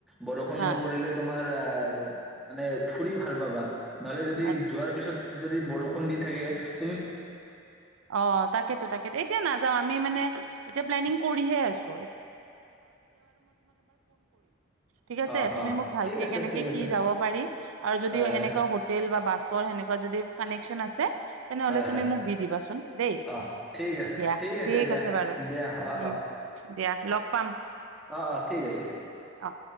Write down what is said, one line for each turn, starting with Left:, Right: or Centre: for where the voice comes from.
Centre: বৰষুণ
Right: হা
Centre: নপৰিলে তোমাৰ আ মানে, ফুৰি ভাল পাবা, নহ'লে যদি
Right: আচ্ছা
Centre: যোৱাৰ পিছত, যদি বৰষুণ দিব, <unintelligible>
Right: অ' তাকেতো‌ তাকেতো এতিয়া নাযাওঁ। আমি মানে এতিয়া পেলেনিং কৰিহে আছো। থিক আছে
Centre: অ',
Right: তুমি
Centre: অ',
Right: মোক ভালকে
Centre: ঠিক আছে,
Right: কেনেকে
Centre: ঠিক আছে,
Right: কি যাব পাৰি আৰু যদিও
Centre: হয়, হয়,
Right: এনেকুৱা হোটেল বা বাছৰ সেনেকুৱা যদি কানেকচন আছে। নহ'লে
Centre: হয়,
Right: তুমি
Centre: হয়,
Right: মোক দি দিবাচোন দে
Centre: অ'। ঠিক আছে,
Right: দিয়া
Centre: ঠিক
Right: থিক
Centre: দিয়া,
Right: আছে বাৰু
Centre: দিয়া, অ',
Right: উম!
Centre: অ',
Right: দিয়া লগ পাম।
Centre: অ' অ' থিক আছে।
Right: অ'